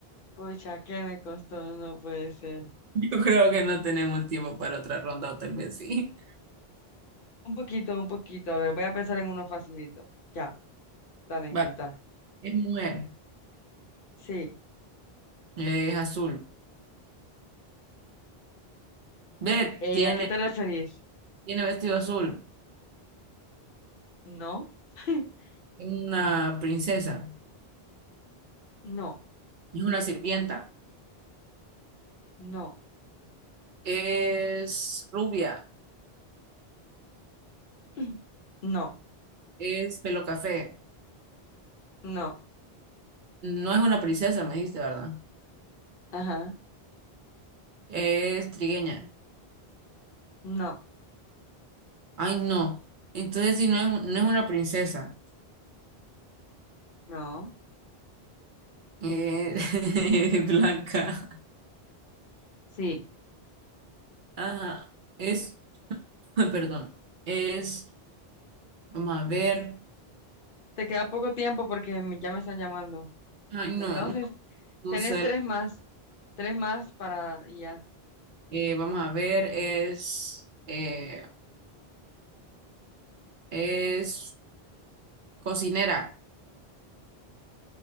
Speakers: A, on the left; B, on the right.
A: Pucha, ¿qué me costó? No puede ser.
B: <laughs> Yo creo que no tenemos tiempo para otra ronda o tal vez sí.
A: Un poquito, un poquito. A ver, voy a pensar en uno facilito. Ya, dale, intenta.
B: Va, es mujer,
A: Sí.
B: es azul. Ve,
A: Eh,
B: tiene,
A: ¿a qué te referís?
B: tiene vestido azul.
A: No, <laughs>
B: Es una princesa,
A: no,
B: es una sirvienta.
A: no,
B: Es rubia,
A: <clears throat> no,
B: es pelo café.
A: no,
B: No es una princesa, me dijiste, ¿verdad?
A: ajá,
B: Es trigueña.
A: no,
B: Ay, no. Entonces, si no es, un- no es una princesa,
A: no.
B: eh, <laughs> es blanca.
A: Sí,
B: Ajá. Es, <laughs> perdón, es, vamos a ver.
A: te queda poco tiempo porque me- ya me están llamando.
B: Ay,
A: Entonces,
B: no, no, no
A: tenés
B: sé.
A: tres más, tres más para y ya.
B: Eh, vamos a ver, es, eh, es cocinera,